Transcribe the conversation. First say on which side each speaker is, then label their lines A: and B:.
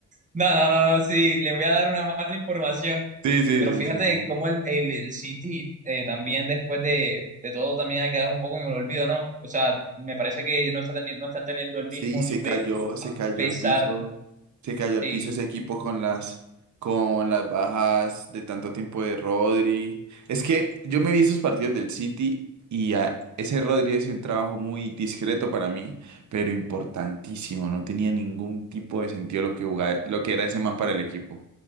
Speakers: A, on the right (about 20°); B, on the right (about 50°).
A: no, no, no, no, sí, le voy a dar una mala información.
B: Sí, sí,
A: Pero
B: sí,
A: fíjate
B: sí, sí,
A: cómo
B: sí.
A: el, el, el City eh, también después de, de todo también ha quedado un poco en el olvido, ¿no? O sea, me parece que no está teniendo, no están teniendo el
B: Sí,
A: mismo
B: se
A: nivel
B: cayó, se
A: a
B: cayó
A: pesar,
B: al piso, se cayó al
A: de
B: piso ese equipo con las, con las bajas de tanto tiempo de Rodri. Es que yo me vi esos partidos del City y a ese Rodri es un trabajo muy discreto para mí, pero importantísimo. No tenía ningún tipo de sentido lo que jugaba- lo que era ese man para el equipo.